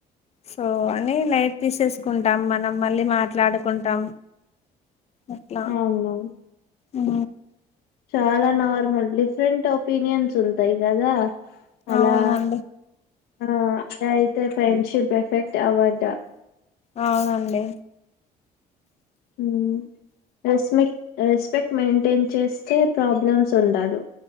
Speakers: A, on the left; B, on the left.
A: సో అని లైట్ తీసేసుకుంటాం మనం మళ్ళీ మాట్లాడుకుంటాం అట్లా
B: అవును
A: ఆ
B: చాలా నార్మల్ డిఫరెంట్ ఒపీనియన్స్ ఉంటాయి కదా అలా
A: అవునండి
B: ఆ అలా అయితే ఫ్రెండ్షిప్ ఎఫెక్ట్ అవ్వదా
A: అవునండి
B: ఉమ్ రెస్పెక్ట్ రెస్పెక్ట్ మెయింటైన్ చేస్తే ప్రాబ్లమ్స్ ఉండదు